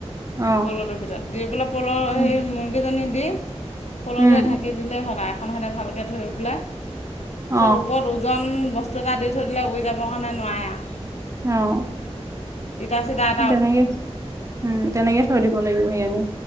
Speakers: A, on the right; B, on the left.
A: অ
B: প'লটোৰ ভিতৰত দি পেলাই প'ল
A: উম
B: সেই মুৰ্গীজনী দি পলটোৱে
A: উম
B: ঢাকি দিলে হ'লা এখন হাতে ভালকৈ ধুৰি পেলাই
A: অ
B: তাৰপিছত ওপৰত ওজন বস্তু এটা দি থৈ দিলে উৰি যাবৰ কাৰণে নোৱাৰ আৰু
A: অ',।
B: ইটা চিটা এটা
A: তেনেকে উম, তেনেকে থৈ দিব লাগিব সি আনি